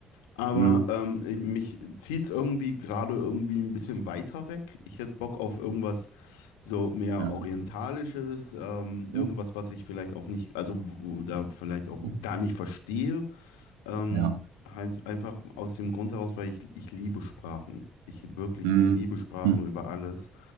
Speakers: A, on the left; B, on the right.
A: Aber
B: hm,
A: ähm, ich- mich zieht es irgendwie gerade irgendwie ein bisschen weiter weg. Ich hätte Bock auf irgendwas so mehr
B: ja.
A: Orientalisches, ähm, irgendwas,
B: Hm,
A: was ich vielleicht auch nicht, also wo- da vielleicht auch
B: hm,
A: gar nicht verstehe. Ähm,
B: Ja.
A: halt einfach aus dem Grund heraus, weil ich, ich liebe Sprachen. Ich wirklich,
B: Hm,
A: ich liebe Sprachen
B: hm,
A: über alles.